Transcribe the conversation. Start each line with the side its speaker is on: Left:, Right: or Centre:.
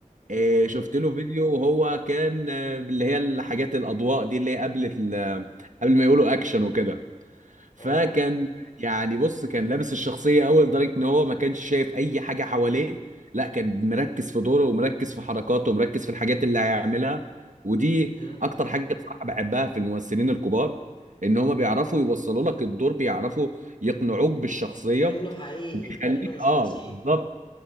Right: آه
Left: اه
Right: شفت له فيديو وهو كان آه، اللي هي الحاجات الاضواء دي اللي هي قبل ال- قبل ما يقولوا اكشن وكده فكان
Left: اه
Right: يعني بص كان لابس الشخصية أوي لدرجة إن هو ما كانش شايف أي حاجة حواليه لا كان مركز في دوره ومركز في حركاته ومركز في الحاجات اللي هيعملها ودي
Left: امم
Right: أكتر حاجة بصراحة بحبها في الممثلين الكبار إن هما بيعرفوا يوصلوا لك الدور بيعرفوا يقنعوك بالشخصية
Left: كأنه حقيقي
Right: وبيخليك
Left: كأنه مش
Right: آه
Left: تمثيل
Right: بالظبط